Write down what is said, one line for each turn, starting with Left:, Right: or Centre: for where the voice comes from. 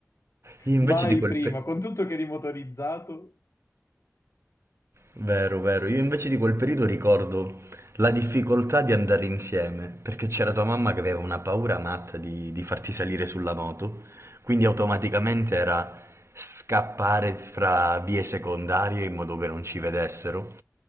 Right: io invece
Left: Mai
Right: di quel
Left: prima,
Right: periodo...
Left: con tutto che eri motorizzato.
Right: Vero, vero. Io invece di quel periodo ricordo la difficoltà di andare insieme, perché c'era tua mamma che aveva una paura matta di, di farti salire sulla moto, quindi automaticamente era scappare fra vie secondarie in modo che non ci vedessero.